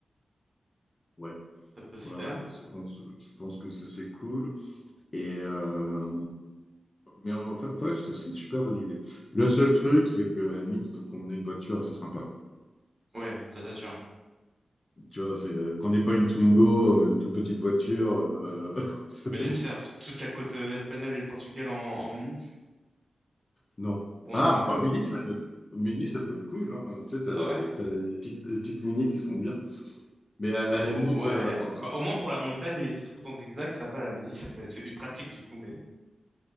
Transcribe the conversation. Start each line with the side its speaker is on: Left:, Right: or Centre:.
Left: Ouais,
Right: Ça peut se
Left: ouais,
Right: faire.
Left: ouais. Je pense je pense que ça, c'est cool. Et euh, mais en fait, ouais, c'est c'est une super bonne idée. Le seul truc, c'est qu'à la limite, il faut qu'on ait une voiture assez sympa.
Right: Ouais, ça t'assure.
Left: Tu vois, c'est euh, qu'on n'ait pas une Twingo, euh, une toute petite voiture. euh, <laughs> c'est-
Right: Imagine se faire tout- toute la côte euh, espagnole et le Portugal en, en mini
Left: non.
Right: pour
Left: Ah,
Right: un Twingo.
Left: bah Mini, ça peut, Mini, ça peut être cool. hein. Tu sais, t'as,
Right: Ah ouais?
Left: t'as les petites, les petites Mini qui sont bien. Mais à la
Right: Ouais.
Left: limite, euh, bon,
Right: Bah, au moins pour la montagne et les petites routes en zigzag, ça va la mini, <laughs> ça peut être pratique du coup, mais